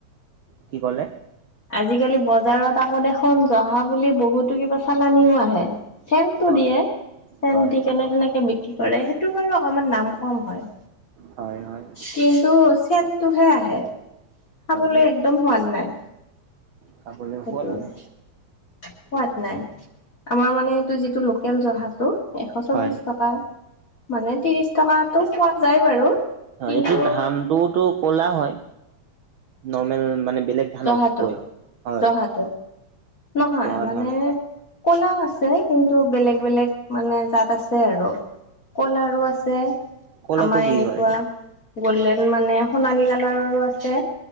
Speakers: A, on the right (about 80°); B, on the left (about 35°).
A: কি ক'লে?
B: আজিকালি বজাৰত আকৌ দেখোন জহা বুলি বহুতো কিবা চালানিও আহে। চেনটো
A: হয়
B: দিয়ে, চেন
A: হয়
B: দি কেনে সেনেকে বিক্ৰী কৰে, সেইটো বাৰু অকমান দাম কম হয়।
A: হয়, হয়।
B: কিন্তু চেনটোহে আহে, খাবলে
A: হয়
B: একদম সোৱাদ নাই।
A: খাবলৈ
B: সেইটো
A: সোৱাদ
B: সোৱাদ
A: নাই।
B: নাই। আমাৰ মানে এইটো যিটো লোকেল জহাটো! এশ চল্লিশ
A: হয়
B: টকা, মানে ত্ৰিশ টকাতটো পোৱা যায় বাৰু।
A: হয়,
B: কিন্তু
A: এইটো ধানটোতো ক'লা হয়। নৰ্মেল মানে বেলেগ ধানতকৈ,
B: জহাটো
A: হয়।
B: জহাটো নহয়,
A: জহা
B: মানে
A: ধানৰ
B: ক'লাও আছে। কিন্তু বেলেগ বেলেগ মানে জাত আছে আৰু। ক'লাৰো আছে
A: ক'লাটো
B: আমাৰ
A: কি
B: এনেকুৱা
A: হয়
B: গল্ডেন মানে সোণালী কালাৰৰো আছে।